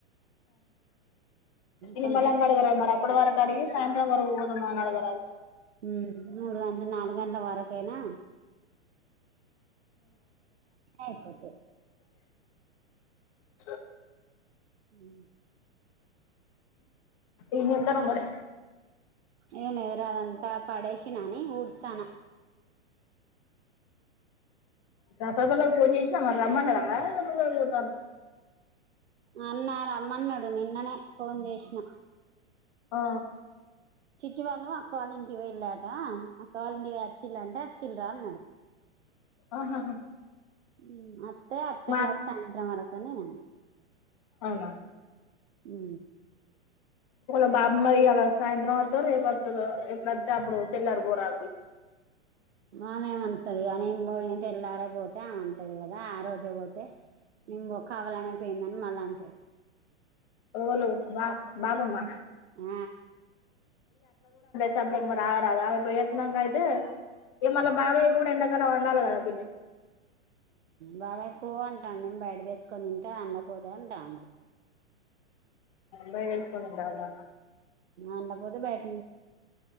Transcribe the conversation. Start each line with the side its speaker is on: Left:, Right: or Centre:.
Right: కొంచెం
Left: నిమ్మల్లంగా అడుగరా మరి అప్పుడు వరకు అడిగి సాయంత్ వరక పోదమా నాడుగరాదు
Right: ఉ మూడు గంటల నాలుగు గంటల వరకయినా ఐపోతాది
Left: స
Right: ఉ
Left: ఏం చేస్తారొ మరి
Right: ఎవన్నదిరా అదంతా పడేసి నని ఊర్ సన
Left: తప్పల్ వాళ్ళకు పోని చెశ్ మ రమ్మన్నదా మరి నువ్వే పోతానవ
Right: అన్న రమ్మన్నాడు నిన్ననే ఫోన్ చేసిన
Left: ఆ
Right: చిట్టి వాళ్ళు అక్క వాల్ల ఇంటి వెళ్ళాట అక్క వాళ్ల ఇంటికి వచ్చిల్లాంట వచ్చిల్లరా అన్నాది
Left: ఆహాహా
Right: ఉ మో అత్యంగ
Left: మా
Right: సాయంత్రం వరకు కనీ నాన్న
Left: అవునా
Right: ఊ
Left: వాళ బాబమ్మ ఇయ్యాల సాయంత్రం వత్తదో రేపు వత్తదో ఎప్పుడతే అప్పుడు తెల్లారు పోరాదుర్రి
Right: ఆమేమంటది కా నింబోయిన తెల్లారే పోతే అ అంటది కదా ఆ రోజే పోతే నింబో కావాలనిపోయిందని మళ్ళీ అంటది
Left: ఓవలు వా బాబామ్ మా
Right: ఊ
Left: చెప్పడానికి మరి రాగరాదు ఆమె పోయోచ్చినాక అయితే ఇ మళ్ళీ బాబాయి కూడా ఎండాకాలాం వండాలి కదా పిన్ని
Right: బాబాయి పో అంటాండు నే బయట తెచ్చుకొని తింటే అండపోతే అంటాండు
Left: బైట తెచ్చుకొని తింటాడన
Right: అండపోతే బయట